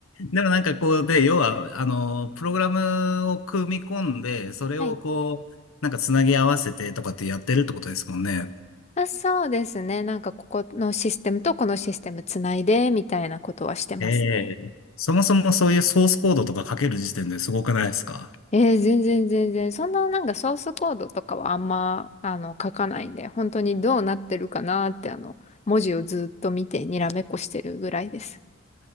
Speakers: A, on the left; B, on the left.
A: でもなんかこうで、要は、あの、プログラムを組み込んで、それをこう、
B: はい。
A: なんかつなぎ合わせてとかってやってるってことですもんね。
B: あ、そうですね。なんかここのシステムとこのシステムつないで、みたいなことはしてますね。
A: ええ。そもそもそういうソースコードとか書ける時点ですごくないですか
B: えー、全然全然。そんななんかソースコードとかはあんま、あの、書かないんで、本当にどうなってるかなって、あの、文字をずっと見てにらめっこしてるぐらいです。